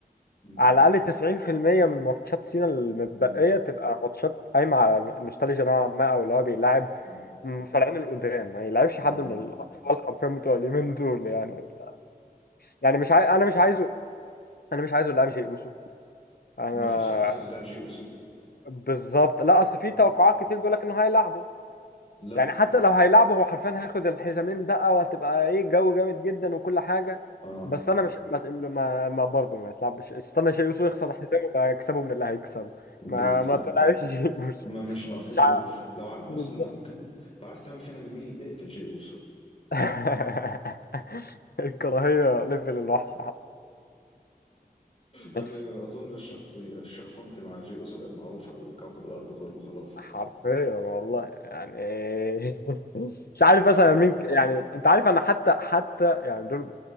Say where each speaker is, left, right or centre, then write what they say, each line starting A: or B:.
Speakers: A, on the left; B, on the left.
A: امم
B: على الأقل 90% من ماتشات سينا المتبقية
A: امم
B: تبقى ماتشات قايمة على النوستالجيا نوعا ما أو اللي هو بيلاعب
A: اه
B: المصارعين القدام ما يلعبش
A: امم
B: حد من الأطفال حرفيا بتوع اليومين دول يعني ف... يعني مش عاي... أنا مش عايزه أنا مش عايزه يلعب شيء أوسو أنا
A: مفيش حد عايز يلعب جي اوسو
B: بالظبط لا أصل في
A: اه
B: توقعات كتير بيقول لك إنه هيلعبه
A: لا
B: يعني حتى لو هيلعبوا هو حرفيا هياخد الحزامين بقى وهتبقى ايه جو جامد جدا وكل حاجه
A: اه
B: بس انا مش ما ما, ما برضه ما يتلعبش استنى شيء يوسف يخسر حزامه بقى يكسبه من اللي هيكسبه
A: بالظبط
B: ما ما تلعبش شيء يوسف
A: ما مش
B: <laughs>
A: ناقصين
B: مش
A: جي
B: عارف
A: اوسو لو ع- بص
B: بالظبط
A: انت ممكن لو عايز تعمل فينا جميل اقتل جي اوسو
B: <laughs> الكراهيه ليفل الوحش
A: يعني
B: حرفياً.
A: اظن الشخصي الشخصنت مع جي اوسو بقت معروفه لكوكب الارض كله خلاص
B: حرفيا والله يعني <laughs> مش عارف
A: محبه
B: مثلا مين ك-
A: محبه
B: يعني انت عارف انا حتى حتى يعني دول